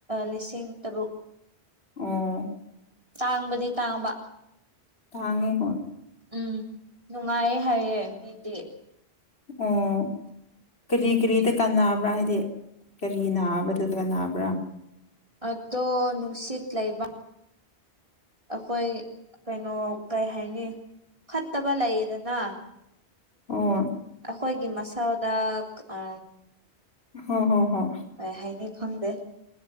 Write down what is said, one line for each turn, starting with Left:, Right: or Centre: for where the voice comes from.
Right: ꯂꯤꯁꯤꯡꯔꯨ
Left: ꯑꯣ
Right: ꯇꯥꯡꯕꯗꯤ ꯇꯥꯡꯕ
Left: ꯇꯥꯡꯉꯦ ꯍꯣ
Right: ꯎꯝ ꯅꯨꯡꯉꯥꯏꯌꯦ ꯍꯥꯏꯌꯦꯦ ꯃꯤꯗꯤ
Left: ꯑꯣ ꯀꯔꯤ ꯀꯔꯤꯗ ꯀ ꯔꯍꯤ ꯀꯔꯤ ꯅꯥꯕ ꯇꯠꯒ ꯅꯥꯕ꯭ꯔꯥ
Right: ꯑꯗꯨꯣ ꯅꯨꯡꯁꯤꯠ ꯂꯩ ꯂꯩꯕ ꯑꯩꯈꯣꯏ ꯀꯩꯅꯣ ꯀꯩ ꯍꯥꯏꯅꯤ ꯐꯠꯇꯕ ꯂꯩꯌꯦꯗꯅ
Left: ꯑꯣ
Right: ꯑꯩꯈꯣꯏꯒꯤ ꯃꯁꯥꯎꯗꯥꯛ ꯑ
Left: ꯍ ꯍꯣ ꯍꯣꯏ
Right: ꯀꯩ ꯍꯥꯏꯅꯤ ꯈꯪꯗꯦ